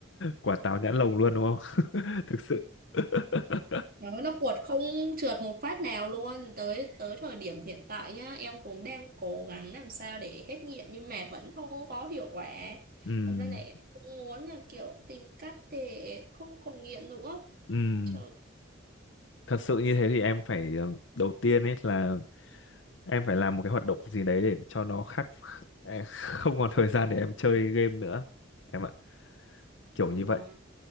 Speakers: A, on the left (about 75°); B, on the right (about 50°).
A: quả táo nhãn lồng luôn đúng không <laughs> thực sự <laughs>
B: Đó, nó cuột không trượt một phát nào luôn tới tới thời điểm hiện tại nhá em cũng đang cố gắng làm sao để hết nghiện nhưng mà vẫn không có hiệu quả
A: Ừm,
B: hôm nay lại cũng muốn là kiểu tìm cách để không còn nghiện nữa
A: ừm.
B: Chờ,
A: thật sự như thế thì em phải ờ, đầu tiên ấy là em phải làm một cái hoạt động gì đấy để cho nó khác <laughs> em không còn thời gian để em chơi game nữa em ạ kiểu
B: ừ,
A: như vậy